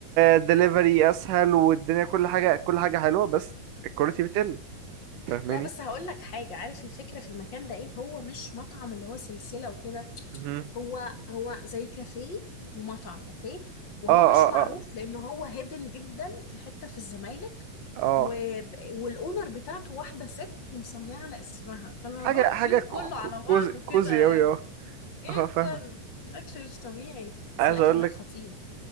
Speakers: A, on the right; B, on the left.
A: دليفري اسهل والدنيا كل حاجه كل حاجه حلوه بس الكواليتي بتقل فاهماني
B: لا بس هقول لك حاجه عارف الفكره في المكان ده ايه هو مش مطعم اللي هو سلسله وكده
A: مهم.
B: هو هو زي كافيه ومطعم اوكي وهو
A: اه
B: مش
A: اه
B: معروف
A: اه
B: لان هو هيدن جدا في حته في الزمالك
A: اه
B: و... والاونر بتاعته واحده ست ومسميه على اسمها فالموضوع
A: حاجة
B: كيوت
A: حاجة كو-
B: كله
A: كو-
B: على بعضه
A: كوزي كوزي
B: كده
A: أوي اه اه
B: جدا
A: فاهمك
B: شكله مش طبيعي بس
A: عايز
B: الاكل
A: أقول
B: هناك
A: لك
B: خطير